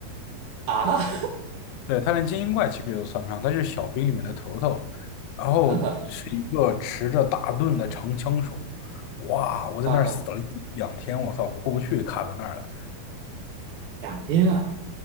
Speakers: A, on the right; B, on the left.
A: 啊 <laughs>
B: 对，他连精英怪其实都算不上，他是小兵里面的头头，然后是一个持着大盾的长枪手。
A: 啊哈
B: 哇，我在那儿死了一两天，
A: 啊哈，
B: 我操，过不去，卡在那儿了。
A: 两天啊，